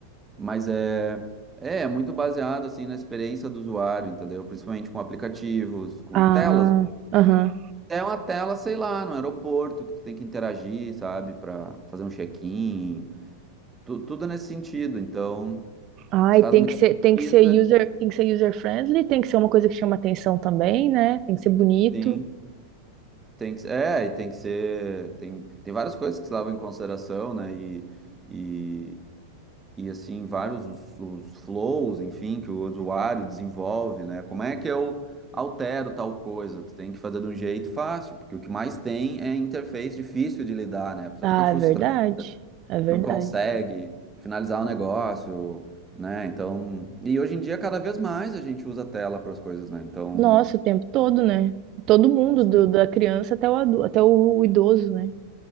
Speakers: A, on the right; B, on the right.
A: mas é, é, é muito baseado, assim, na experiência do usuário, entendeu? Principalmente com aplicativos, com
B: Ah,
A: telas,
B: aham.
A: é uma tela, sei lá, no aeroporto que tu tem que interagir, sabe, Pra fazer um check-in, tu- tudo nesse sentido. Então,
B: Ai,
A: se faz
B: tem
A: muita
B: que ser,
A: pesquisa,
B: tem que ser user, tem que ser user friendly, tem que ser uma coisa que chama atenção também, né? Tem que ser bonito.
A: sim, tem que, é, e tem que ser, tem, tem várias coisas que se levam em consideração, né? E, e, e assim, vários os, os flows, enfim, que o usuário desenvolve, né? Como é que eu altero tal coisa? Tu tem que fazer de um jeito fácil, porque o que mais tem é interface difícil de lidar, né? A pessoa
B: Ah,
A: fica frustrada
B: é verdade. É verdade.
A: não consegue finalizar o negócio, né? Então, e hoje em dia cada vez mais a gente usa tela para as coisas, né? Então,
B: Nossa, o tempo todo, né? Todo mundo,
A: Sim.
B: do- da criança até o, adu- até o idoso, né?